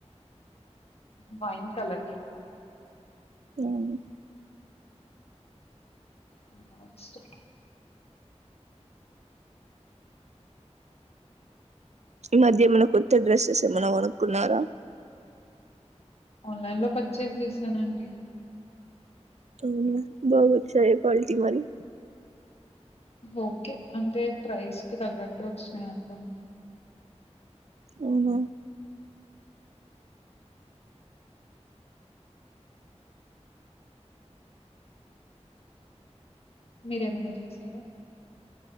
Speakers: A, on the left; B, on the right.
A: బాయ్ కలర్
B: <unintelligible>
A: అది బగా ఇష్టం
B: ఈ మధ్య ఏమైనా కొత్త డ్రెస్సెస్ ఏమైన్నా కొనుకున్నారా
A: ఆన్లైన్ లో పర్చేస్ చేసానండి
B: ఉమ్ బా ఓచ్చాయ క్వాలిటీ మరి.
A: ఓకే అంటే ప్రైస్ కి తగ్గట్టు వచ్చినాయి అనుకోండి.
B: అవునా
A: మీరేమన్నా చేశారా.